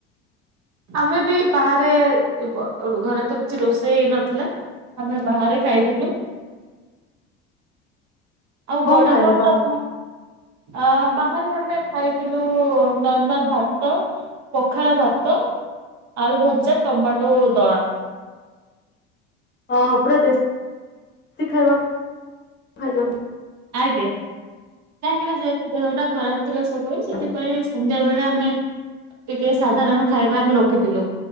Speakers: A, on the right (about 60°); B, on the left (about 35°).
A: ଆମେ ବି ବାହାରେ <unintelligible> ଘରେ ତ କିଛି ରୋଷେଇ ହେଇ ନଥିଲା। ଆମେ ବାହାରେ ଖାଇଥିଲୁ। ଆଉ
B: କଣ
A: ବଡପାଓ
B: ଖାଇଲେ ବାହାରେ
A: ଯଉ ଆପଣ ଅଁ, ବାହାରେ ଆମେ ଖାଇଥିଲୁ ନର୍ମାଲ ଭାତ। ପଖାଳ ଭାତ, ଆଳୁ ଭଜା, ଟମାଟୋ ଦଳା।
B: <unintelligible> ପୂରା ଦେଶ୍ ଶି ଖାଇବା ଖାଇ ଥିଲୁ।
A: ଆଜ୍ଞା, କାହିଁକି ନାଁ ଯେହେତୁ ଦେହ ଟା ଖରାପ ଥିଲା <unintelligible>
B: ତାହେଲେ।
A: ସେଥିପାଇଁ ସନ୍ଧ୍ୟା ବେଳେ ଆମେ ଟିକେ ସାଧାରଣ ଖାଇବା ଆମେ ରଖିଥିଲୁ।